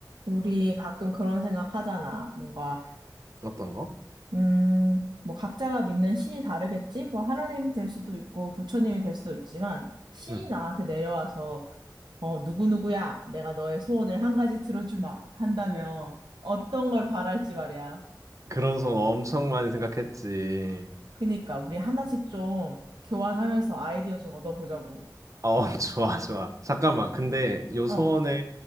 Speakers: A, on the right; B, on the right.
A: 우리 가끔 그런 생각 하잖아. 뭔가,
B: 어떤 거?
A: 음, 뭐 각자가 믿는 신이 다르겠지? 뭐 하나님이 될 수도 있고 부처님이 될 수도 있지만 신이
B: 응.
A: 나한테 내려와서 어, 누구누구야. 내가 너의 소원을 한 가지 들어주마. 한다면 어떤 걸 바랄지 말이야.
B: 그런 소원 엄청 많이 생각했지.
A: 그니까 우리 하나씩 좀 교환하면서 아이디어 좀 얻어보자고.
B: 어, <laughs> 좋아, 좋아. 잠깐만. 근데 요
A: 어.
B: 소원에